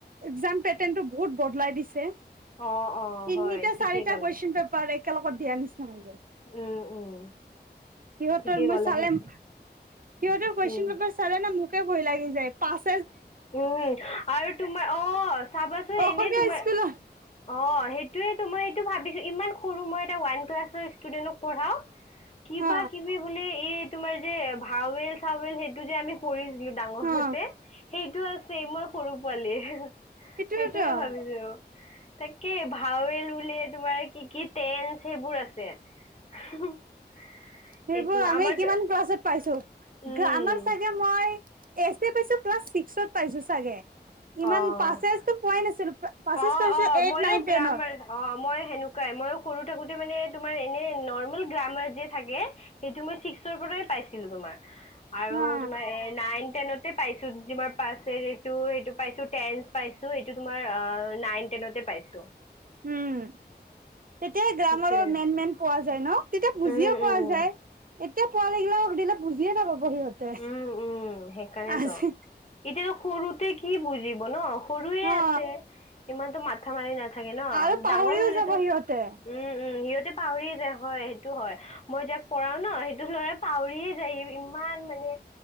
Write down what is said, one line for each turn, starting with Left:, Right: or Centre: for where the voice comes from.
Right: একজাম পেটাৰ্ণ টো বহুত বদলাই দিছে
Left: অ অ
Right: তিনিটা
Left: হয় ঠিকেই
Right: চাৰিটা
Left: ক'লা
Right: কুৱেশন পেপাৰে একেলগত দিয়া নিচিনা হৈ যায়
Left: উম
Right: সিহঁতৰ
Left: উম ঠিকেই
Right: মই
Left: ক'লা
Right: চালেম
Left: সেই
Right: সিহঁতে কুৱেশ্যন
Left: উম
Right: পেপাৰ চালে নে, মোকে ভয় লাগি যায় পাছ।
Left: উম, আৰু তোমাৰ অ, চাবাচোন
Right: অসমীয়া
Left: এনে তোমাৰ
Right: স্কুলত
Left: অ', সেইটোৱেতো, মই সেইটো ভাবিছো। ইমান সৰু, মই এটা ওৱান ক্লাছৰ ষ্টুডেন্টক। পঢ়াও কিবা-কিবি
Right: অ
Left: বোলে এই তোমাৰ যে ভাওেল চাওেল সেইটো যে আমি ককৰিছিলোঁ ডাঙৰহতে
Right: অ
Left: সেইটো আছেই মোৰ সৰু পোৱালিৰ সেইটোয়ে
Right: সেইটোৱেতো
Left: ভাবিছো তাকে ভাৱেল বুলিয়ে তোমাৰ কি কিত টেঞ্চ সেইবোৰ আছে <unintelligible>
Right: সেইবোৰ
Left: এইটো
Right: আমি
Left: আমাৰ
Right: কিমান <unintelligible> পাইছো,
Left: উম
Right: গ্ৰামাৰ চাগে মই। এচ দে পাইছো ক্লাছ ছিক্সত পাইছো চাগে ইমান
Left: অ
Right: পাচেচ টো পোৱাই নাছিলো। পাছেজ
Left: অ',
Right: পাইছো
Left: অ',
Right: এইট
Left: মইওঁ
Right: নাইন টেনত
Left: গ্ৰামাৰ অ, মই সেনেকুৱাই মইও সৰু থাকোঁতে মানে তোমাৰ এনে নৰ্মেল গ্ৰামাৰ যে থাকে সেইটো মই ছিক্সৰ প ৰাই পাইছিলোঁ তোমাৰ। আৰু
Right: অ
Left: তোমাৰ, এ নাইন টেনতে পাইছো। তোমাৰ <unintelligible> এইটো, সেইটো। পাইছো, টেন্ট পাইছো। এইটো, তোমাৰ আ নাইন। একেলগতে পাইছো।
Right: উম তেতিয়াই, গ্ৰামৰৰ
Left: সেইটোৱে।
Right: মেইন মেইন পোৱা যায় নহ? তেতিয়া বুজিয়
Left: উম
Right: পোৱা
Left: উম
Right: যায় এতিয়া পোৱালি গিলাও সুধিলে বুজিয়ে নাপাব। সিহঁতে
Left: উম-উম সেইকাৰণেতো
Right: আজি
Left: ইতিয়াও সৰুতে কি বুজিব ন' সৰুয়ে
Right: অ
Left: আছে ইমানতো মাথা মাৰি না থাকে নহ,
Right: আৰু পাহৰিও
Left: ডাঙৰ হলেতো
Right: যাব সিহঁতে
Left: উম। উম, সিহঁতে। পাহৰি যায় হয় সেইটো হয় মই যাক পঢ়াও ন সেইটো লৰা পাহৰিয়ে যায় ইমান মা নে